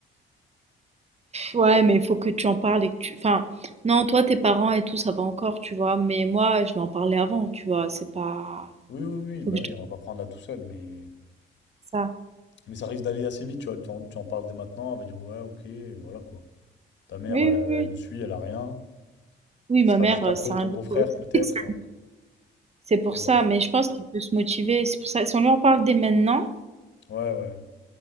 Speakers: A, on the right (about 30°); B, on the left (about 65°).
A: Ouais, mais il faut que tu en parles et que tu... Enfin, non, toi, tes parents et tout, ça va encore, tu vois. Mais moi, je vais en parler avant, tu vois. C'est pas...
B: Oui, oui, oui,
A: Faut
B: bah
A: que je
B: oui,
A: te
B: on va pas prendre là tout seul, mais,
A: dise ça.
B: mais ça risque d'aller assez vite, tu vois. Tu en, tu en parles dès maintenant, elle va dire ouais, ok, et voilà quoi. Ta mère,
A: Oui,
B: elle,
A: oui, oui.
B: elle nous suit, elle a rien.
A: Oui,
B: Ce
A: ma
B: sera
A: mère,
B: juste
A: euh,
B: un peu
A: c'est
B: ton
A: un défaut
B: beau-frère,
A: autistique,
B: peut-être, et encore.
A: C'est pour
B: Mais bon,
A: ça, mais je pense qu'il peut se motiver. C'est pour ça, si on lui en parle dès maintenant,
B: ouais, ouais.